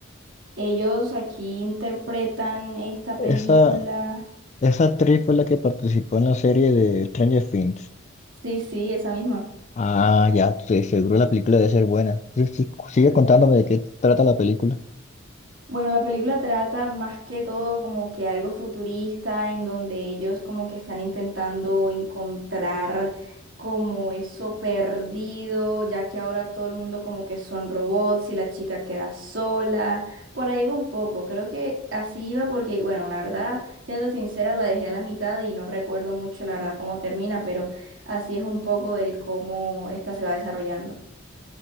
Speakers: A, on the right (about 70°); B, on the left (about 35°).
A: Ellos aquí interpretan esta
B: Esa,
A: película.
B: esa actriz fue la que participó en la serie de Stranger Things.
A: Sí, sí, esa misma.
B: Ah, ya, sí, seguro la película debe ser buena. Sí, sí, sigue contándome de qué trata la película.
A: Bueno, la película trata más que todo como que algo futurista en donde ellos como que están intentando encontrar como eso perdido, ya que ahora todo el mundo como que son robots y la chica queda sola. Por ahí va un poco, creo que así iba porque, bueno, la verdad, siéndote sincera, la dejé a la mitad y no recuerdo mucho la verdad cómo termina, pero así es un poco del cómo esta se va desarrollando.